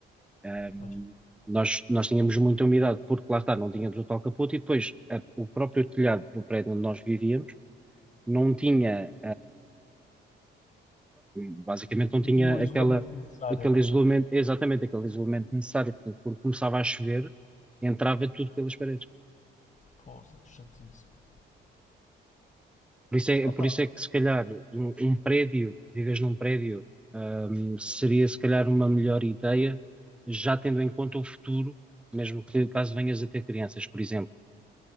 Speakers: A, in the centre; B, on the left (about 40°).
A: Ahm,
B: Pois.
A: nós, nós tínhamos muita umidade, porque lá está, não tínhamos o tal capote e depois a- o próprio telhado do prédio onde nós vivíamos não tinha. basicamente não tinha
B: E tinha o isolamento
A: aquela,
B: necessário,
A: aquele
B: não
A: isolamento,
B: é?
A: exatamente aquele isolamento necessário. Portanto, quando começava a chover, entrava tudo pelas paredes.
B: Poça, que chatice. Pá.
A: Por isso é,
B: Opa,
A: por isso é que, se calhar, um, um prédio, vives num prédio, hum, seria, se calhar, uma melhor ideia, já tendo em conta o futuro, mesmo que caso venhas a ter crianças, por exemplo.